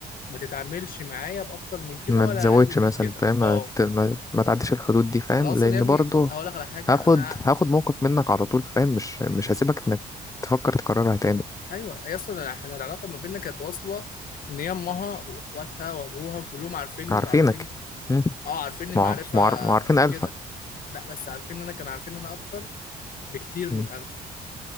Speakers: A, on the left (about 60°); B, on the left (about 20°).
A: ما تتعاملش معايا باكتر من كده
B: ما
A: ولا
B: تزودش
A: اقل من
B: مثلا
A: كده
B: فاهم ما,
A: اه
B: ت- ما, ما تعديش الحدود دي فاهم
A: انا اصلا
B: لان
A: يا ابني
B: برضه
A: هقول لك على حاجه
B: هاخد
A: انا ع-
B: هاخد موقف منك على طول فاهم مش مش هسيبك انك تفكر تكررها تاني
A: ايوه يا اسطى أنا- احنا العلاقه ما بيننا كانت واصله ان هي امها واخواتها وابوها كلهم عارفيني
B: عارفينك
A: وعارفين
B: مم.
A: اه عارفيني
B: مع...
A: معرفة
B: مع... معارفين الفا
A: كده لا بس عارفين انا كان عارفين انا اكتر بكتير
B: مم.
A: من الف